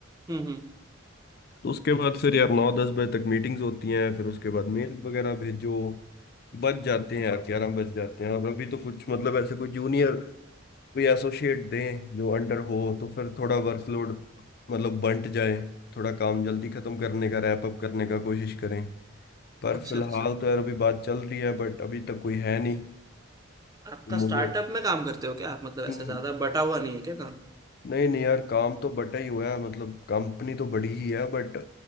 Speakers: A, on the right; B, on the left.
A: हम्म हम्म।
B: तो उसके बाद फिर यार नौ दस बजे तक मीटिंग्स होती हैं फिर उसके बाद मेल वगैरह भेजो बज जाते हैं यार ग्यारह बज जाते हैं और अभी तो कुछ मतलब ऐसे कोई जूनियर कोई एसोसिएट दें जो अंडर हो तो फिर थोड़ा वर्कलोड मतलब बंट जाए थोड़ा काम जल्दी खत्म करने का रैप अप करने का कोशिश करें पर
A: अच्छा
B: फिलहाल
A: अच्छा
B: तो यार अभी बात चल रही है बट अभी तक कोई है नहीं
A: आपका स्टार्टअप
B: मुझे
A: में काम करते हो क्या आप मतलब
B: हम्म,
A: ऐसा ज्यादा बटा हुआ नहीं है क्या काम
B: नहीं नहीं यार काम तो बटा ही हुआ है मतलब कंपनी तो बड़ी ही है बट